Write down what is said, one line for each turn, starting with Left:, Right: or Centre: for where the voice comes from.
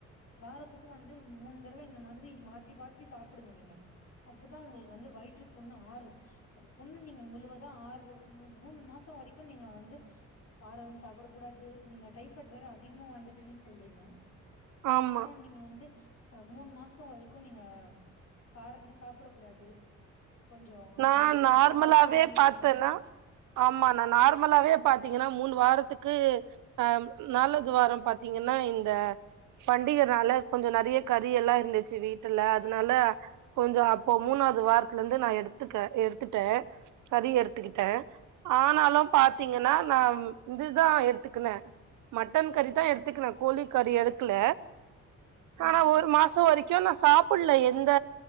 Left: வாரத்துக்கு வந்து மூணு தடவ இந்த மாதிரி மாத்தி பாத்தி சாப்பிடுங்க நீங்க அப்பதான் உங்களுக்கு வந்து வயிற்று புண்ணு ஆறும் அது புண்ணு நீங்க முழுவதா ஆறு மூணு மாசம் வரைக்கும் நீங்க வந்து காரம் சாப்பிட கூடாது நீங்க டைஃபைட் வேற அதிகமா வந்துட்டுன்னு சொல்றீங்க அப்பன்னா
Right: ஆமா
Left: நீங்க வந்து மூணு மாசம் வரைக்கும் நீங்க காரமே சாப்ட கூடாது கொஞ்சோ
Right: நா
Left: நான்வெஜ்ஜு
Right: நார்மலாவே
Left: அவாய்ட் பண்ணி இருக்கணு
Right: பாத்தன்னா ஆமா நா நார்மலாவே பாத்தீங்கன்னா மூணு வாரத்துக்கு அ நாலாவது வாரம் பாத்தீங்கன்னா இந்த பண்டிகனால கொஞ்சோ நெறைய கறி எல்லாம் இருந்துச்சு வீட்டுல அதனால கொஞ்சோ அப்போ மூணாவது வாரத்துல இருந்து நா எடுத்துக்க எடுத்துட்டேன் கறி எடுத்துக்கிட்டேன்
Left: செரி
Right: ஆனாலும் பாத்தீங்கன்னா நா இதுதான் எடுத்துக்கனேன் மட்டன் கறி தா எடுத்துக்குன கோழி கறி எடுக்கல
Left: ஆ
Right: ஆனா ஒரு மாசம் வரைக்கும் நா சாப்பிடல எந்த